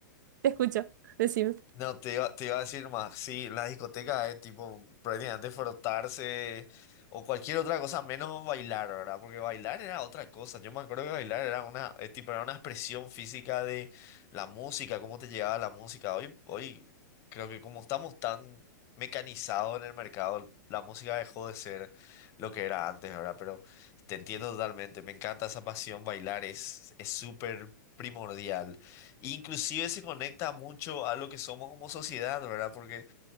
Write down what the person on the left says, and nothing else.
No, te iba, te iba a decir más, sí, la discoteca es tipo prácticamente frotarse o cualquier otra cosa menos bailar, ¿verdad? Porque bailar era otra cosa. Yo me acuerdo que bailar era una, es tipo, era una expresión física de la música, cómo te llegaba la música. Hoy, hoy creo que como estamos tan mecanizados en el mercado, la música dejó de ser lo que era antes, ¿verdad? Pero te entiendo totalmente, me encanta esa pasión, bailar es, es súper primordial. Inclusive se conecta mucho a lo que somos como sociedad, ¿verdad? Porque